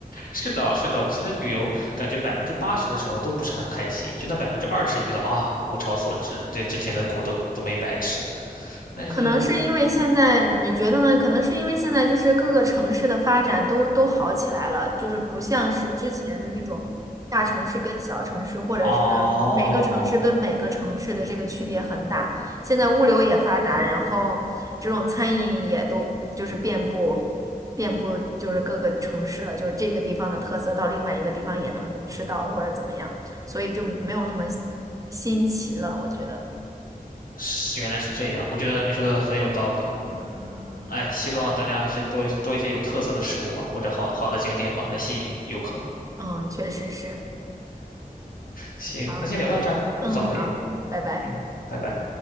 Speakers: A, on the left; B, on the right.
A: 是的，是的，其实旅游感觉百分之八十的时候都不是很开心，就那百分之二十，你觉得啊，物超所值，这之前的苦都都没白吃。但是
B: 可能是因为现在，你觉得呢？可能是因为现在就是各个城市的发展都都好起来了，就是不像是之前的那种大城市跟小城市，或者是每个城市跟每个城市的这个区别很大。
A: 哦，
B: 现在物流也发达，然后这种餐饮也都就是遍布遍布就是各个城市了，就是这个地方的特色到另外一个地方也能吃到或者怎么样，所以就没有那么新奇了，我觉得。
A: 是原来是这样，我觉得你说的很有道理。嗯，
B: 嗯，
A: 哎，希望大家还是多多一些有特色的食物吧，或者好好的景点吧，来吸引游客。
B: 嗯确实是。
A: 行，
B: 好
A: 那先聊到这儿，
B: 嗯，
A: 不早了也。
B: 好，拜拜。
A: 嗯，拜拜。